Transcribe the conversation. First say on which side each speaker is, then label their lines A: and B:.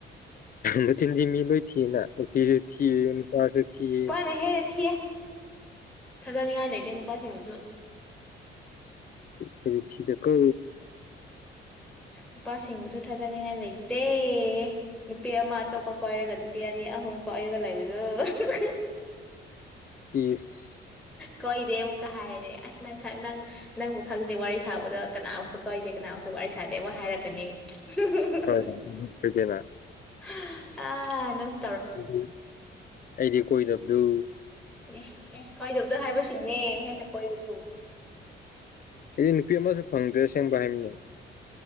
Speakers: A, on the left (about 45°); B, in the centre.
A: ꯃꯆꯤꯟꯗꯤ ꯃꯤ ꯂꯣꯏ ꯊꯤꯅ ꯅꯨꯄꯤꯖꯨ ꯊꯤ ꯅꯨꯄꯥꯖꯨ ꯊꯤꯌꯦ
B: ꯍꯣꯏꯍꯦ ꯊꯤꯌꯦ ꯊꯥꯖꯅꯤꯡꯉꯥꯏ ꯂꯩꯇꯦ ꯅꯨꯄꯥꯁꯤꯡꯕꯨꯁꯨ
A: <unintelligible> ꯊꯤꯗꯀꯣ
B: ꯅꯨꯄꯥꯁꯤꯡꯕꯨꯁꯨ ꯊꯥꯖꯅꯤꯡꯉꯥꯏ ꯂꯩꯇꯦ ꯅꯨꯄꯤ ꯑꯃ ꯑꯇꯣꯞꯄ ꯀꯣꯏꯔꯒ ꯅꯨꯄꯤ ꯑꯅꯤ ꯑꯍꯨꯝ ꯀꯣꯏꯔꯒ ꯂꯩꯕꯗꯣ <unintelligible>
A: ꯏꯁ
B: ꯀꯣꯏꯗꯦ ꯑꯃꯨꯛꯀ ꯍꯥꯏꯔꯦ ꯑꯁ ꯅꯪ ꯈꯛ ꯅꯪ ꯅꯪꯕꯨ ꯈꯪꯗꯦ ꯋꯥꯔꯤ ꯁꯥꯕꯗꯣ ꯀꯅꯥꯕꯨꯁꯨ ꯀꯣꯏꯗꯦ ꯀꯅꯥꯕꯨꯁꯨ ꯋꯥꯔꯤ ꯁꯥꯗꯦ ꯑꯃꯨꯛꯀ ꯍꯥꯏꯔꯛꯀꯅꯤ <unintelligible>
A: ꯍꯣꯏ ꯍꯣꯏ ꯀꯣꯏꯗꯦꯅ
B: ꯑꯥ ꯅꯪꯖꯨ
A: <unintelligible> <inaudible> ꯑꯩꯗꯤ ꯀꯣꯏꯗꯕꯗꯨ
B: ꯏꯁ ꯏꯁ ꯀꯣꯏꯗꯕꯗꯨ ꯍꯥꯏꯕꯁꯤꯡꯅꯦ ꯍꯦꯟꯅ ꯀꯣꯏꯕꯗꯨ
A: ꯑꯩꯗꯤ ꯅꯨꯄꯤ ꯑꯃꯖꯨ ꯐꯪꯗ꯭ꯔꯦ ꯑꯁꯦꯡꯕ ꯍꯥꯏꯕꯅꯤ